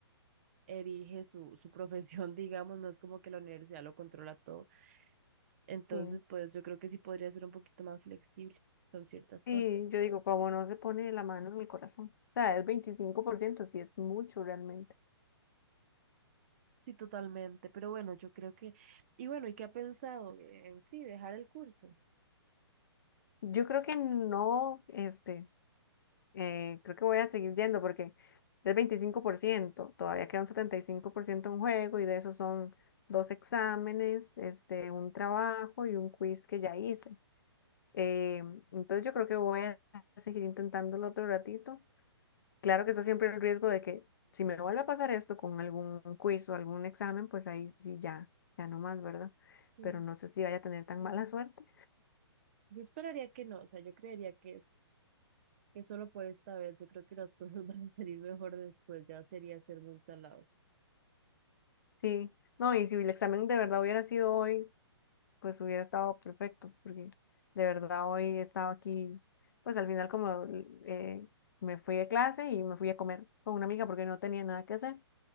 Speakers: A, on the right; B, on the left.
A: erige su, su profesión, <laughs> digamos, no es como que la universidad lo controla todo. Entonces,
B: Sí.
A: pues yo creo que sí podría ser un poquito más flexible con ciertas
B: Y
A: cosas.
B: yo digo, como no se pone la mano en el corazón. O sea, es 25%, sí es mucho realmente.
A: Sí, totalmente. Pero bueno, yo creo que... Y bueno, ¿y qué ha pensado en sí dejar el curso?
B: Yo creo que no, este, eh, creo que voy a seguir yendo porque es 25%, todavía queda un 75% en juego y de eso son dos exámenes, este, un trabajo y un quiz que ya hice. Eh, entonces yo creo que voy a seguir intentándolo otro ratito Claro que está siempre el riesgo de que si me vuelve a pasar esto con algún quiz o algún examen, pues ahí sí ya, ya no más, ¿verdad?
A: Mm,
B: Pero no sé si vaya a tener tan mala suerte.
A: Yo esperaría que no, o sea, yo creería que es que solo por esta vez, yo creo que las <laughs> cosas van a salir mejor después, ya sería ser muy salado.
B: Sí, no, y si el examen de verdad hubiera sido hoy, pues hubiera estado perfecto, porque de verdad hoy he estado aquí, pues al final como eh, me fui de clase y me fui a comer con una amiga porque no tenía nada que hacer,